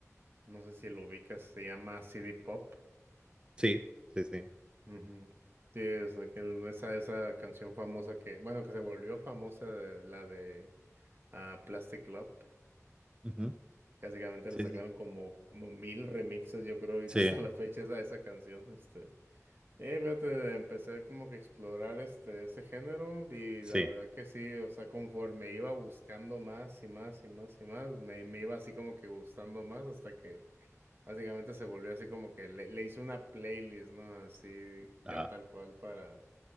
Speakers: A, on the right; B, on the right.
A: no sé si lo ubicas, se llama CD Pop.
B: Sí, sí, sí.
A: Ujú. Sí, es aquel- esa, esa canción famosa que, bueno, que se volvió famosa, de- la de ah, Plastic Love.
B: Ujú,
A: que Básicamente
B: Sí,
A: le sacaron
B: sí,
A: como, como mil remixes, yo creo, ahorita
B: sí,
A: <laughs> hasta la fecha, esa, esa canción. Este. Eh, fíjate, empecé como que a explorar este, ese género y
B: sí,
A: la verdad que sí, o sea, conforme iba buscando más y más y más y más, me, me iba así como que gustando más hasta que básicamente se volvió así como que le, le hice una playlist, ¿no? Así
B: ah,
A: ya tal cual para